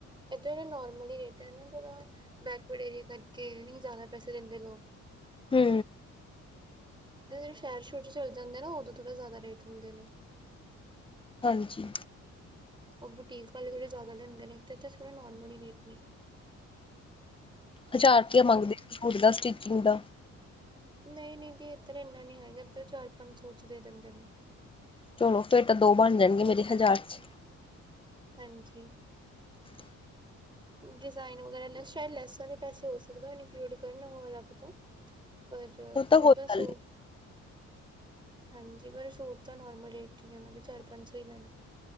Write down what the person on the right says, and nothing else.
ਐਦਰ ਨੋਰਮਲ ਰੇਟ ਐ ਨਾਂ ਥੋੜਾ, ਬੈਕਵਰਡ ਏਰੀਏ ਕਰਕੇ ਨੀਂ ਜਾਦਾ ਪੈਸੇ ਦੇਂਦੇ ਲੋਕ।
<unintelligible> ਛੈਰ-ਛੂਰ ਚ ਚੱਲ ਜਾਂਦੇ ਨਾਂ ਓਦੋਂ ਥੋੜਾ ਜਾਦਾ ਰੇਟ ਹੁੰਦੇ ਨੇਂ।
ਓ ਬੁਟੀਕ ਵਾਲੇ ਥੋੜੇ ਜਾਦਾ ਲੈਂਦੇ ਨੇਂ, ਏਥੇ ਤਾਂ ਥੋੜਾ ਨੋਰਮਲ ਈ ਰੇਟ ਨੇਂ।
ਨਈਂ-ਨਈਂ ਦੀ ਏਦਰ ਏਨਾ ਨੀਂ ਹੈਗਾ, ਏਦਰ ਚਾਰ-ਪੰਜ ਸੋ ਚ ਦੇ ਦੇਂਦੇ ਨੇਂ।
ਹਾਂਜੀ।
ਡੀਜ਼ਾਇਨ ਵਗੈਰਾ ਲੈ ਛੈ ਲੈਸਾਂ ਦੇ ਪੈਸੇ ਹੋ ਸਕਦਾ ਓ ਇਨਕਲੂਡ ਕਰਨ ਓ ਅਲੱਗ ਤੋਂ। ਪਰ,
ਓਦਾ
ਸੋ,
ਹਾਂਜੀ ਪਰ ਸੂਟ ਤਾਂ ਨੋਰਮਲ ਰੇਟ ਈ ਓਨਾਂ ਦੇ ਤਾਂ ਚਾਰ-ਪੰਜ ਸੋ ਈ ਲੈਂਦੇ।